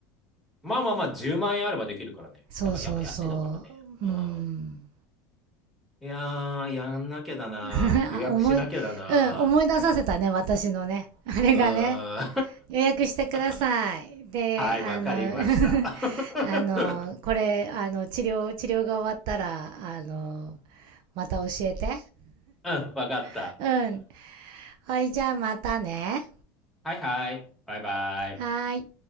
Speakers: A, in the centre; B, on the right (about 55°).
A: ー。まあまあまあ、10万円あればできるからね。
B: そうそうそう。
A: だからやっぱ安いのかもね。うん。
B: うん。
A: いやー、やんなきゃだな。
B: <laughs>
A: 予約しなきゃだな。
B: あ、思い、うん、思い出させたね、私のね。あれがね。
A: うー
B: 予約してください。
A: ん <laughs>
B: で、
A: はい、わかりました。
B: あの、
A: <laughs>
B: <laughs> あの、これ、あの、治療、治療が終わったら、あの、また教えて。
A: うん、わかった。
B: <laughs> うん。はい、じゃあまたね。
A: はいはい。バイバイ。
B: はーい。